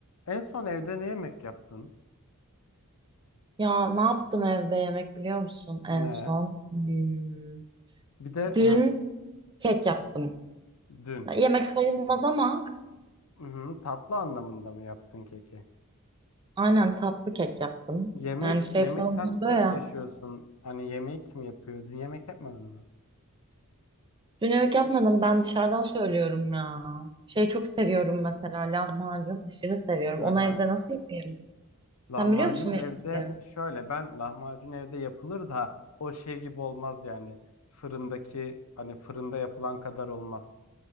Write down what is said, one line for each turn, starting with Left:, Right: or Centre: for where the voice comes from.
Left: En son evde ne yemek yaptın?
Right: Ya ne yaptım evde yemek biliyor musun en
Left: Ne?
Right: son? Hmm,
Left: Bir de ha
Right: Dün kek yaptım.
Left: dün.
Right: Ya, yemek sayılmaz ama
Left: Hı-hı, tatlı anlamında mı yaptın keki?
Right: aynen tatlı kek yaptım.
Left: Yemek
Right: Yani şey
Left: yemek
Right: falan
Left: sen
Right: oluyor
Left: tek
Right: ya.
Left: yaşıyorsun. Hani yemek kim yapıyor? Dün yemek yapmadın mı?
Right: Dün yemek yapmadım ben dışarıdan söylüyorum ya. Şey çok seviyorum mesela lahmacun aşırı seviyorum.
Left: Hı-hı.
Right: Onu evde nasıl yapayım? Sen
Left: Lahmacun
Right: biliyor musun
Left: evde
Right: yapmayı?
Left: şöyle ben lahmacun evde yapılır da o şey gibi olmaz yani. Fırındaki hani fırında yapılan kadar olmaz.